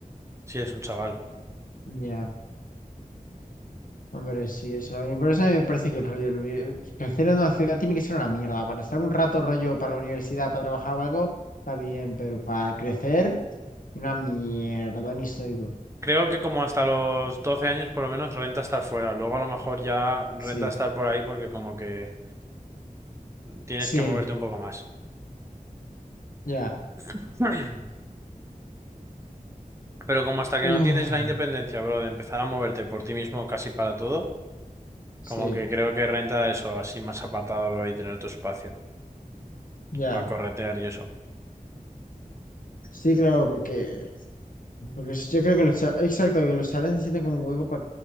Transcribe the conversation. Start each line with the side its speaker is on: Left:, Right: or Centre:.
Right: Sí, es un chaval.
Left: Ya. Hombre, sí, eso. A mí por eso a mí me parece que el rollo, el vi- crecer en una ciudad tiene que ser una mierda. Para estar un rato rollo para la universidad, para trabajar o algo, está bien, pero para crecer, una mierda, un histórico.
Right: Creo que como hasta los 12 años por lo menos renta estar fuera. Luego a lo mejor ya renta
Left: Sí,
Right: estar por ahí porque como que... Tienes
Left: sí,
Right: que moverte un poco más.
Left: ya.
Right: <clears throat> Pero como hasta que
Left: Uf,
Right: no tienes la independencia, bro, de empezar a moverte por ti mismo casi para todo,
Left: sí,
Right: como que creo que renta eso, así más apartado, bro, y tener tu espacio
Left: ya.
Right: para corretear y eso.
Left: Sí, claro, porque, porque es- yo creo que los, cha- exacto, que los chavales necesitan como un hueco para,